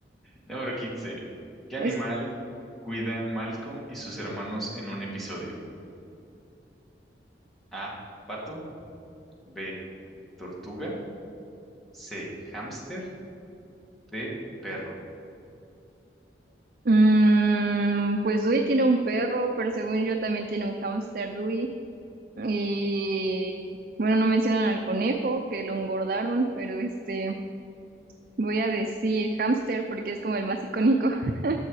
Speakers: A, in the centre; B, on the right (about 50°).
A: Número 15. ¿Qué
B: Es,
A: animal cuidan Malcolm y sus hermanos en un episodio? A. Pato. B. tortuga, C, hámster, D, perro.
B: mm, pues Dewey tiene un perro, pero según yo también tiene un hámster Dewey. Y bueno, no mencionan al conejo, que lo engordaron, pero este, voy a decir hámster porque es como el más icónico. <laughs>